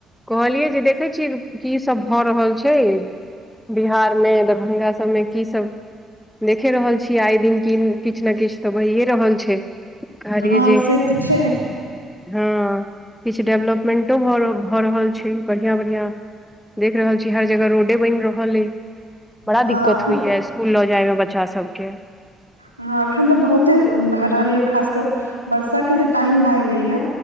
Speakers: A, in the centre; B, on the right.
A: कहलियै जे देखै छियै, की सब भऽ रहल छै। बिहार मे दरभंगा सबमे की सब देखे रहल छियै, आय दिन कि किछ न किछ तऽ भहिये रहल छै कहलिए
B: हँ
A: जे
B: से तऽ छै
A: हँ किछ डेवलपमेंटो भ रहल छै, बढ़िया-बढ़िया देख रहल छी हर जगह रोड डे बनि रहल अय, बड़ा
B: हँ
A: दिक्कत
B: एखन
A: होइ या स्कूल लऽ जाय में बच्चा सब के।
B: ह अखन तऽ बहुते भए रहल य, खासकर बरसा के जे टाइम भय गेल य